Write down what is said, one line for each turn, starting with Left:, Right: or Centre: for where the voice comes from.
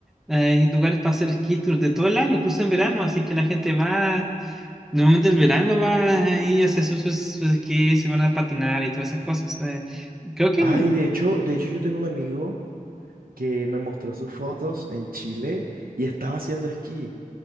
Centre: Hay lugares para hacer esquí tours de todo el año, incluso en verano, así que la gente va, normalmente el verano va ahí a hacer sus, sus- sus esquís, se van a patinar y todas esas cosas. eh. Creo que
Right: Ay, de hecho, de hecho yo tengo un amigo que me mostró sus fotos en Chile y estaba haciendo esquí.